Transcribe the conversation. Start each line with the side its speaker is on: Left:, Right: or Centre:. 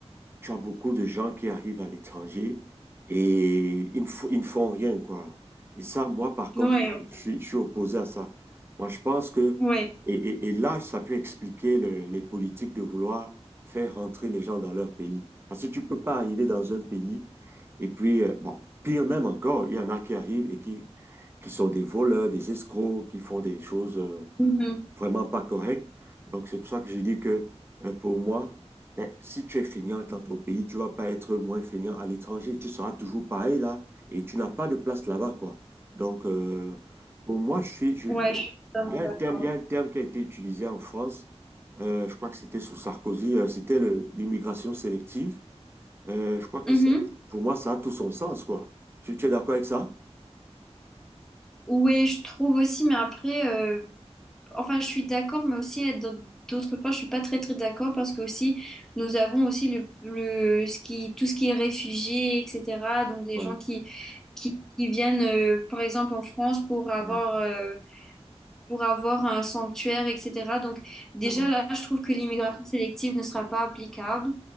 Right: tu as beaucoup de gens qui arrivent à l'étranger et ils ne, fo- ils ne font rien, quoi. Et ça, moi, par contre,
Centre: Ouais,
Right: je suis, je suis opposé à ça. Moi, je pense que,
Centre: ouais.
Right: et, et- et là, ça peut expliquer le- les politiques de vouloir faire rentrer les gens dans leur pays. Parce que tu ne peux pas arriver dans un pays et puis, euh, bon, pire même encore, il y en a qui arrivent et qui, qui sont des voleurs, des escrocs, qui font des choses. euh,
Centre: Mhm.
Right: vraiment pas correct. Donc, c'est pour ça que j'ai dit que euh, pour moi, ben, si tu es feignant dans ton pays, tu ne vas pas être moins feignant à l'étranger. Tu seras toujours pareil là et tu n'as pas de place là-bas, quoi. Donc, euh, pour moi, je suis. je-
Centre: Ouais, je suis totalement
Right: il y a
Centre: d'accord.
Right: un terme, il y a un terme qui a été utilisé en France, euh, je crois que c'était sous Sarkozy, euh, c'était le- l'immigration sélective. Euh, je crois que
Centre: Mhm.
Right: ça- pour moi, ça a tout son sens, quoi. Tu, tu es d'accord avec ça?
Centre: Oui, je trouve aussi, mais après, euh, enfin, je suis d'accord, mais aussi dans- d'autre part, je suis pas très très d'accord parce que aussi, nous avons aussi le, le ce qui, tout ce qui est réfugié, etc. Donc des
Right: Oui,
Centre: gens qui qui, qui viennent, euh, par exemple, en France pour avoir
Right: oui,
Centre: euh, pour avoir un sanctuaire, etc. Donc déjà
Right: c'est vrai.
Centre: là, je trouve que l'immigration sélective ne sera pas applicable.